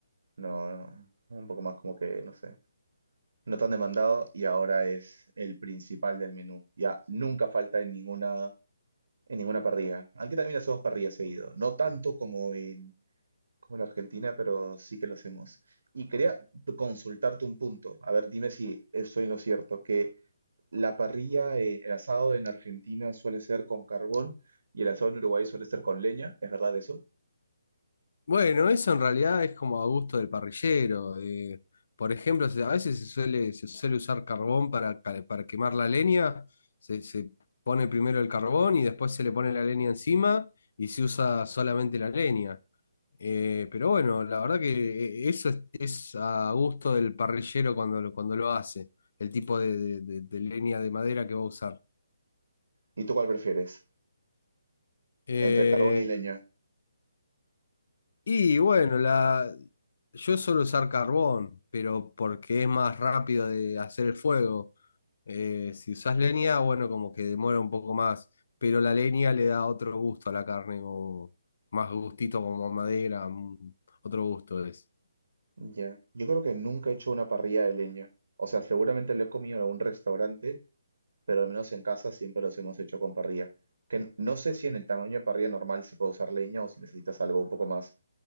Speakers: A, on the right (about 65°); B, on the left (about 60°).
A: no, un poco más como que, no sé, no tan demandado y ahora es el principal del menú. Ya, nunca falta en ninguna, en ninguna parrilla. Aquí también hacemos parrilla seguido, no tanto como en, como en Argentina, pero sí que lo hacemos. Y quería consultarte un punto, a ver, dime si estoy en lo cierto, que la parrilla, eh, el asado en Argentina suele ser con carbón y el asado en Uruguay suele ser con leña, ¿es verdad eso?
B: Bueno, eso en realidad es como a gusto del parrillero. eh, por ejemplo, se- a veces se suele, se suele usar carbón para, cal- para quemar la leña. Se, se pone primero el carbón y después se le pone la leña encima y se usa solamente la leña. Eh, pero bueno, la verdad que eh, eso es, es a gusto del parrillero cuando lo, cuando lo hace, el tipo de, de- de- de leña de madera que va a usar.
A: ¿Y tú cuál prefieres?
B: Eh,
A: Entre carbón y leña.
B: Y bueno, la... yo suelo usar carbón, pero porque es más rápido de hacer el fuego. Eh, si usas leña, bueno, como que demora un poco más, pero la leña le da otro gusto a la carne, como más gustito como a madera, mm, otro gusto es.
A: Ya. Yo creo que nunca he hecho una parrilla de leña. O sea, seguramente lo he comido en algún restaurante, pero al menos en casa siempre los hemos hecho con parrilla. Que n- no sé si en el tamaño de parrilla normal se puede usar leña o si necesitas algo un poco más,